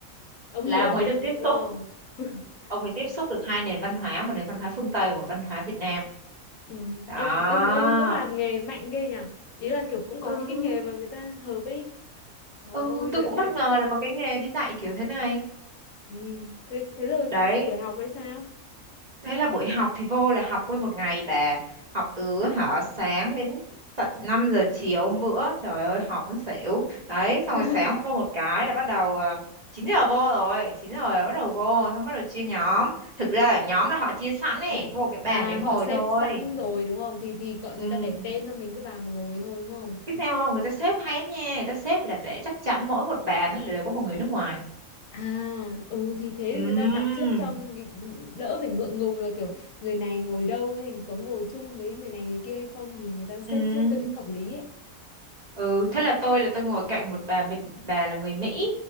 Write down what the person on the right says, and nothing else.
là
ông ấy
được
tiếp
xúc
ông ấy tiếp xúc được hai nền văn hóa một nền văn hóa phương Tây và một văn hóa Việt Nam
đó
ừ
ừ
tôi
cũng
bất
ngờ là có cái nghề đi dạy kiểu thế này
đấy
thế là buổi học thì vô là học nguyên một ngày bà học từ hả sáng đến tận 5 giờ chiều hôm bữa trời ơi học muốn xỉu đấy xong
rồi sáng vô một cái là bắt đầu à, 9 giờ vô rồi 9 giờ là bắt đầu vô xong bắt đầu chia nhóm thực ra là nhóm là họ chia sẵn ấy
vô cái
bàn đấy ngồi
thôi
ừ
biết sao không người ta xếp hay lắm nha người ta xếp là để chắc chắn mỗi một bàn là đều có một người nước ngoài
Ừm,
ừ
Ừ, thế là tôi là tôi ngồi cạnh một bà Mỹ- bà là người Mỹ.